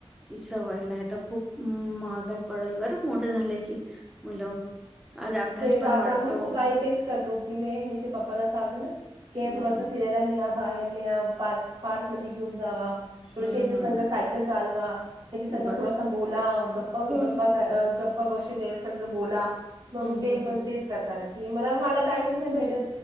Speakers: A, in the centre; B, on the right.
A: ती सवय नाही त खूप महागात पडल बरं मोठं झालंय की मुलं. आज अभ्यास
B: तेच
A: पण
B: आता
A: वाढतो
B: आम्ही सकाळी तेच करतो की मी हेच्या पप्पाला सांगत ना
A: हम्म
B: की थोडासा फिरायला न्या बाहेर न्या, पार्क पार्क मध्ये घेऊन जावा थोडसं
A: हम्म
B: ह्याच्यासंघ सायकल चालवा, ह्याच्या संघ
A: बर
B: थोडासा बोला गप्पा,
A: हम्म
B: गप्पा, गप्पा गोष्ट त्याच्यासंघ बोला. मंग
A: हम्म
B: ते पण
A: हम्म
B: तेच करतात की, मला मला टाईमच नाही भेटत.